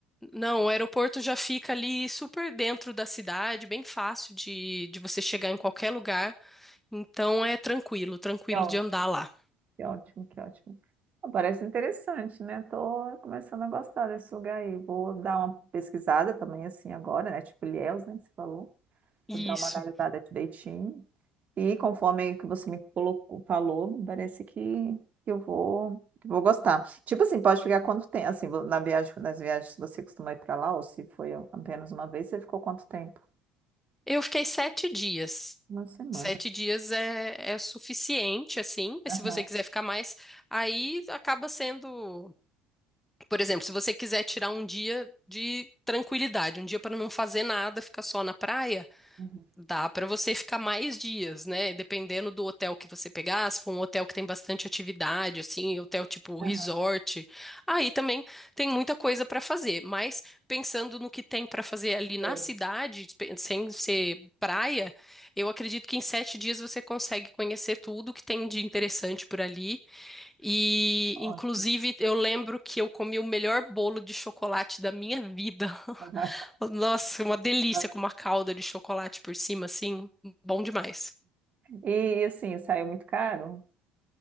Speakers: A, in the centre; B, on the right (about 40°).
A: não, o aeroporto já fica ali super dentro da cidade, bem fácil de, de você chegar em qualquer lugar. Então é tranquilo, tranquilo
B: Que ótimo,
A: de andar lá.
B: que ótimo, que ótimo. Ah, Parece interessante, né? Tô começando a gostar desse lugar aí. Vou dar uma pesquisada também, assim, agora, né? Tipo Ilhéus, né, que você falou.
A: Isso.
B: Vou dar uma analisada direitinho. E conforme que você me colocou, falou, parece que que eu vou, que eu vou gostar. Tipo assim, pode ficar quanto tempo? Assim, vo- na viagem, nas viagens, se você costuma ir para lá, ou se foi apenas uma vez, você ficou quanto tempo?
A: Eu fiquei sete dias.
B: Uma semana.
A: Sete dias é, é suficiente, assim. Mas se
B: Aham,
A: você quiser ficar mais, aí acaba sendo. Por exemplo, se você quiser tirar um dia de tranquilidade, um dia para não fazer nada, ficar só na praia.
B: uhum,
A: Dá para você ficar mais dias, né? Dependendo do hotel que você pegar, se for um hotel que tem bastante atividade, assim, hotel tipo
B: aham,
A: resort, aí também tem muita coisa para fazer. Mas pensando no que tem para fazer ali na
B: É.
A: cidade, pe- sem ser praia, eu acredito que em sete dias você consegue conhecer tudo que tem de interessante por ali e,
B: ótimo.
A: inclusive, eu lembro que eu comi o melhor bolo de chocolate da minha vida. <laughs>
B: Aham,
A: Nossa, uma delícia
B: aham,
A: com uma calda de chocolate por cima, assim, bom demais.
B: E assim, saiu muito caro?